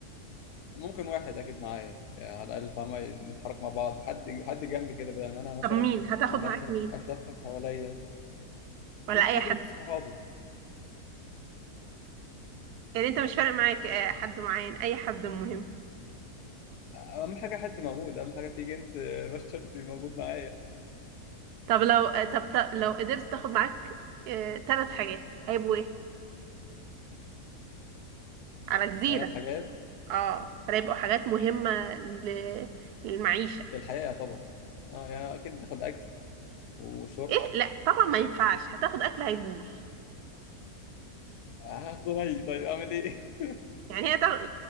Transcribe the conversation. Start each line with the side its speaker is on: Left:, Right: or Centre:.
Left: ممكن واحد اكيد معايا يعني على الاقل فاهمه نتحرك مع بعض حد حد جنبي كده بدل ما انا مثلا
Right: طب مين هتاخد
Left: عمال
Right: معاك
Left: أتل-
Right: مين
Left: اتلفت حواليا
Right: ولا
Left: ممكن
Right: اي
Left: حد
Right: حد
Left: من صحابي
Right: يعني انت مش فارق معاك آه، حد معين اي حد مهم
Left: اهم حاجه حد موجود اهم حاجه في جنس آه، بشر موجود معايا
Right: طب لو آه، طب ت- لو قدرت تاخد معاك ثلاث حاجات هيبقوا ايه على جزيرة
Left: ثلاث حاجات
Right: اه فهيبقوا حاجات مهمة ل- للمعيشة
Left: في الحياة يعتبر اه يعني اكيد باخد اكل وشرب
Right: ايه لا طبعا ما ينفعش هتاخد اكل هيبوظ
Left: هاخده ني طيب اعمل ايه <laughs>
Right: يعني هي طبعا